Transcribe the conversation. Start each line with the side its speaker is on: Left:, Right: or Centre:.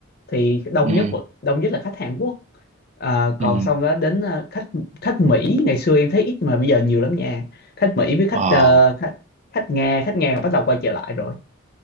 Left: thì đông
Right: ừ
Left: nhất vẫn- đông nhất là khách Hàn Quốc Ờ,
Right: ừ
Left: còn xong đó đến ờ, khách khách Mỹ ngày xưa em thấy ít mà bây giờ nhiều lắm nha khách Mỹ với khách
Right: ờ
Left: ờ, khách khách Nga khách Nga bắt đầu quay trở lại rồi